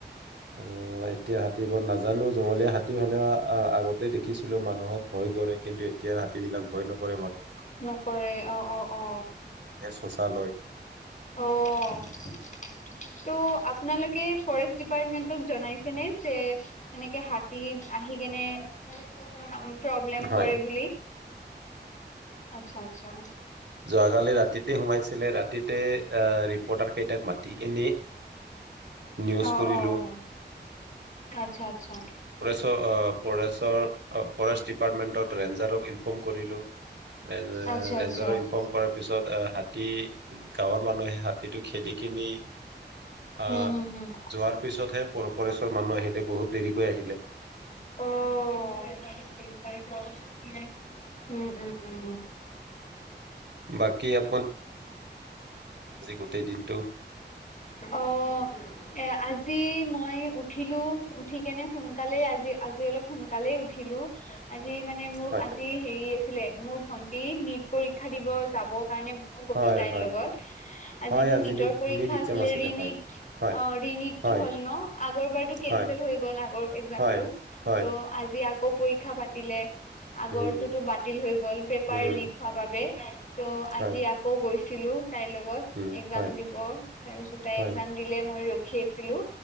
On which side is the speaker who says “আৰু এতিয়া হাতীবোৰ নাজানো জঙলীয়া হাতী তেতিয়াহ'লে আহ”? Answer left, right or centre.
Right